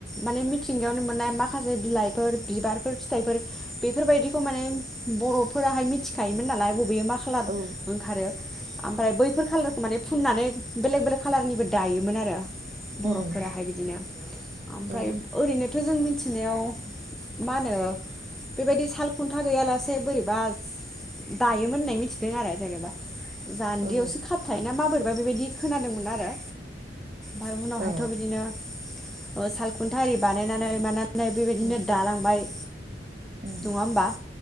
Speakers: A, in the centre; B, on the right.
A: माने मिथिंगायावनो मोननाय माखासे बिलाइफोर बिबारफोर फिथाइफोर बेफोरबायदिखौ माने बर'फोराहाय मिथि खा‌योमोन नालाय बेयो मा खालार
B: औ
A: ओंखारो ओमफ्राय बैफोर खाालारखौ माने फुननानै बेलेग बेलेग खाालारनिबो दायोमोन आरो बर'फोराहाय
B: उम
A: बिदिनो ओमफ्राय
B: औ
A: ओरैनोथ जों मि थिनायाव मा होनो बेबायदि साल खुन्था गैयालासे बोरैबा दायोमोन होननाय मिथिदों आरो जेनेबा जानजियावसो
B: ओ
A: खाबथायो ना माबोरै बा बेबायदि खोनादोंमोन आरो बाय उनावहायथ
B: ओ
A: बिदिनो ओ सालखुन्था आरि बानायनानै मा नाय बेबायदिनो
B: उम
A: दालांबाय
B: उम
A: नङा होमबा